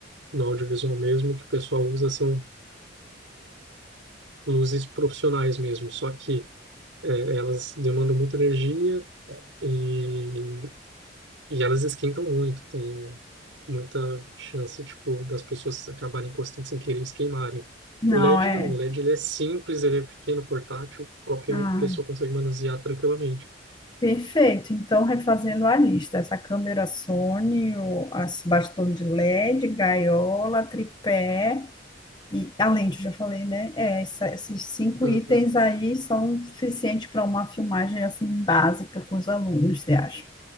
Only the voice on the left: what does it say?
Não,
é.
ah,
Perfeito. Então, refazendo a lista, essa câmera Sony, o as bastão de LED, gaiola, tripé e a lente, já falei, né? É, essa- esses cinco
itens aí são suficientes para uma filmagem assim básica com os alunos, você acha?